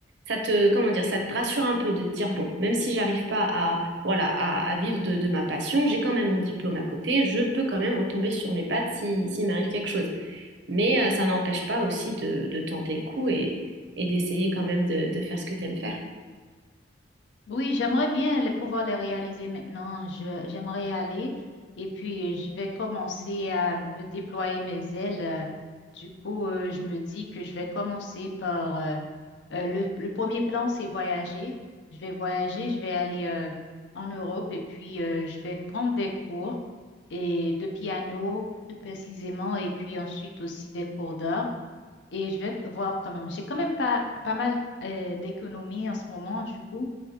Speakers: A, on the right; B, on the left.
A: ça te, comment dire, ça te rassure un peu de te dire, bon, même si j'arrive pas à, voilà, à, à vivre de, de ma passion, j'ai quand même mon diplôme à côté, je peux quand même retomber sur mes pattes si, s'il m'arrive quelque chose. Mais euh, ça n'empêche pas aussi de, de tenter le coup et, et d'essayer quand même de, de faire ce que tu aimes faire.
B: Oui, j'aimerais bien les, pouvoir les réaliser maintenant. Je, j'aimerais y aller et puis euh, je vais commencer à me déployer mes ailes. euh. Du coup, euh, je me dis que je vais commencer par euh, euh, le, le premier plan, c'est voyager. Je vais voyager, je vais aller euh, en Europe et puis euh, je vais prendre des cours et de piano plus précisément et puis ensuite aussi des cours d'art. Et je vais voir quand même. J'ai quand même pas, pas mal euh, d'économies en ce moment, du coup.